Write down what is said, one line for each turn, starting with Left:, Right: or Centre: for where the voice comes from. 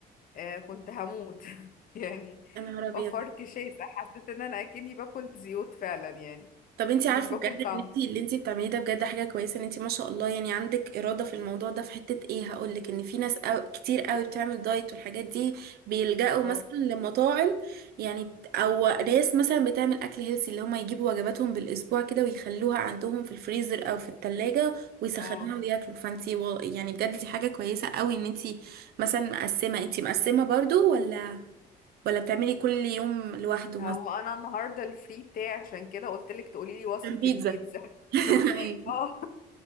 Left: آه كنت هموت <laughs> يعني
Right: يا نهار ابيض
Left: وفرك شاسع حسيت ان انا اكني باكل زيوت فعلا يعني
Right: طب انت
Left: مش
Right: عارفه
Left: باكل
Right: بجد
Left: طعم
Right: ان انت اللي انت بتعمليه ده بجد حاجه كويسه ان انت ما شاء الله يعني عندك اراده في الموضوع ده في حته ايه هقول لك ان في ناس أو كتير قوي بتعمل دايت والحاجات دي بيلجأوا
Left: اه
Right: مثلا لمطاعم يعني بت- او ناس مثلا بتعمل اكل هيلسي اللي هم يجيبوا وجباتهم بالاسبوع كده ويخلوها عندهم في الفريزر او في التلاجة ويسخنوها
Left: اه
Right: وياكلوا فانت يعني بجد دي حاجه كويسه قوي ان انت مثلا مقسمه انت مقسمه برضو ولا ولا بتعملي كل يوم لوحده مثلا
Left: هو انا النهارده الفري بتاعي عشان كده قلت لك تقولي لي وصفة
Right: عشان بيتزا
Left: البيتزا
Right: <laughs>
Left: <laughs>
Right: أيوة.
Left: اه <laughs>